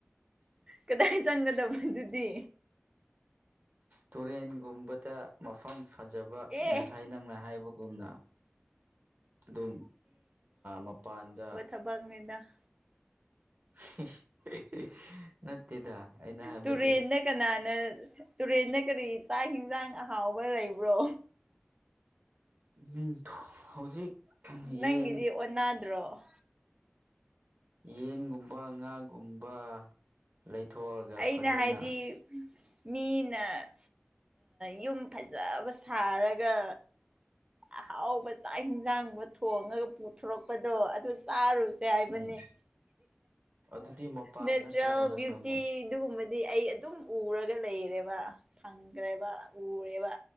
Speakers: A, on the right; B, on the right.
A: ꯀꯗꯥꯏ ꯆꯪꯒꯗꯕꯣ ꯑꯗꯨꯗꯤ
B: ꯇꯨꯔꯦꯟꯒꯨꯝꯕꯗ ꯃꯐꯝ ꯐꯖꯕ
A: ꯑꯦ
B: ꯉꯁꯥꯏ ꯅꯪꯅ ꯍꯥꯏꯕ ꯑꯗꯨꯨꯝꯅ ꯑꯗꯨꯝ ꯃꯄꯥꯟꯗ
A: ꯊꯕꯥꯒꯅꯤꯗ
B: <unintelligible> ꯑꯩꯅ ꯍꯥꯏꯕꯗꯤ
A: ꯇꯨꯔꯦꯟꯗ ꯀꯅꯥꯅ ꯇꯨꯔꯦꯟꯗ ꯀꯔꯤ ꯆꯥꯛ ꯌꯦꯟꯁꯥꯡ ꯑꯍꯥꯎꯕ ꯂꯩꯕ꯭ꯔꯣ
B: ꯎꯝ ꯍꯧꯖꯤꯛ
A: ꯅꯪꯒꯤꯗꯤ
B: ꯌꯦꯟ
A: ꯑꯣꯟꯅꯗ꯭ꯔꯣ
B: ꯌꯦꯟꯒꯨꯝꯕ ꯉꯥꯒꯨꯝꯕ ꯂꯩꯊꯣꯛꯑꯒ
A: ꯑꯩꯅ
B: ꯐꯖꯅ
A: ꯍꯥꯏꯗꯤ ꯃꯤꯅ ꯌꯨꯝ ꯐꯖꯕ ꯁꯥꯔꯒ ꯑꯍꯥꯎꯕ ꯆꯥꯛ ꯏꯟꯁꯥꯡꯕ ꯊꯣꯡꯉꯒ ꯄꯨꯊꯣꯔꯛꯄꯗꯣ ꯑꯗꯨ ꯆꯥꯔꯨꯁ ꯇꯏꯕ
B: ꯎꯝ ꯑꯗꯨꯗꯤ ꯃꯄꯥꯟ
A: ꯅꯦꯆꯔꯦꯜ
B: ꯅꯠꯇꯦꯅ ꯅꯪꯅ
A: ꯭ꯨꯇ ꯑꯗꯨꯒꯨꯝꯕꯗꯤ ꯑꯩ ꯑꯗꯨꯝ ꯎꯔꯒ ꯂꯩꯔꯦꯕ ꯐꯪꯈ꯭ꯔꯦꯕ ꯎꯔꯦꯕ